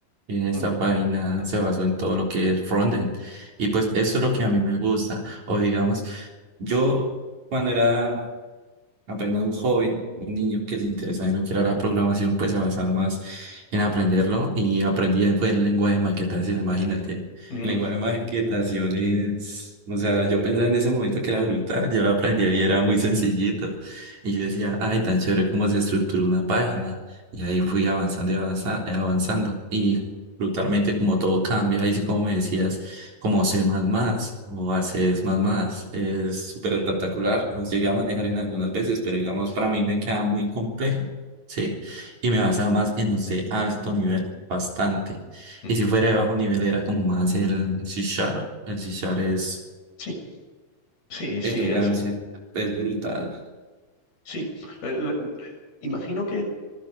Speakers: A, on the right; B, on the left.
A: Eh, Esta
B: Mm,
A: página se basó en todo lo que es frontend y pues eso es lo que a mí me gusta. O digamos, yo cuando era Apenas un joven, un niño que se interesaba en lo que era la programación, pues se basaba más en aprenderlo y aprendí después el lenguaje de maquetación, imagínate.
B: mm,
A: El lenguaje de maquetación es, o sea, yo pensaba en ese momento que era brutal, yo lo aprendí y era muy sencillito. Y yo decía, ay, tan chévere cómo se estructura una página. Y ahí fui avanzando y avanza- avanzando. Y brutalmente como todo cambia, ahí sí como me decías como C++ o a C++. Es más más. Es súper espectacular. Los llegué a manejar en algunas veces, pero digamos, para mí me queda muy complejo. Sí, y me basaba más en los de alto nivel, bastante.
B: mm.
A: Y si fuera de bajo nivel era como más el C Sharp. El C Sharp es
B: Sí, sí, sí,
A: elegancia,
B: es,
A: es brutal.
B: sí. Eh, la- eh, imagino que